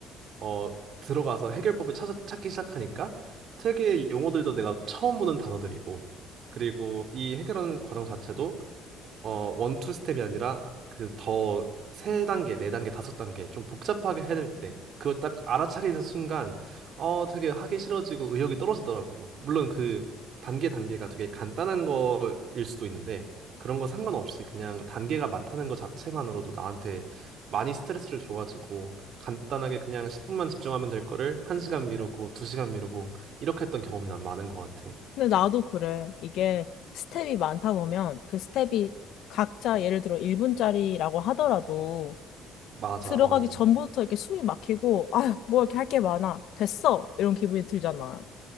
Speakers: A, on the right; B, on the left.
A: 어, 들어가서 해결법을 찾아, 찾기 시작하니까 되게 용어들도 내가 처음 보는 단어들이고 그리고 이 해결하는 과정 자체도 어, 원투 스텝이 아니라 그 더 세 단계, 네 단계, 다섯 단계 좀 복잡하게 해야 될 때, 그걸 딱 알아차리는 순간, 어, 되게 하기 싫어지고 의욕이 떨어지더라고. 물론 그 단계 단계가 되게 간단한 거일 수도 있는데, 그런 거 상관없이 그냥 단계가 많다는 것 자체만으로도 나한테 많이 스트레스를 줘가지고, 간단하게 그냥 10분만 집중하면 될 거를 1시간 미루고 2시간 미루고 이렇게 했던 경험이 난 많은 것 같아.
B: 근데 나도 그래. 이게 스텝이 많다 보면 그 스텝이 각자 예를 들어 1분짜리라고 하더라도
A: 맞아.
B: 들어가기
A: 어.
B: 전부터 이렇게 숨이 막히고, 아, 뭐 이렇게 할 게 많아. 됐어. 이런 기분이 들잖아.